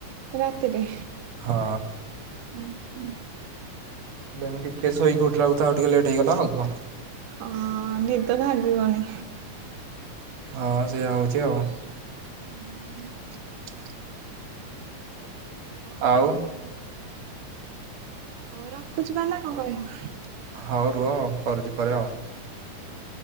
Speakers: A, on the right (about 85°); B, on the right (about 60°).
A: ରାତିରେ
B: ହଁ।
A: ଉ
B: ହେମିତିିକେେଶ ହେଇକି ଉଠିଲ ବ ଉଠଥା ଆଉ ଟିକେ ଲେଟ୍ଇଗ ଆଉୁହ
A: ହଁ ନିଦ ଭାଗିବଣିି
B: ହଁ ସେଇୟଆା ହଉଛି ଆଉ
A: ହୁଁ ହଉ
B: ଆଉ
A: ହଉ ରଖୁଛି ବ ନା କଣ କହିବ
B: ହଉ ରୁହ କରୁଛି
A: ହଉ
B: ପରେ ଆଉ
A: ହଉ।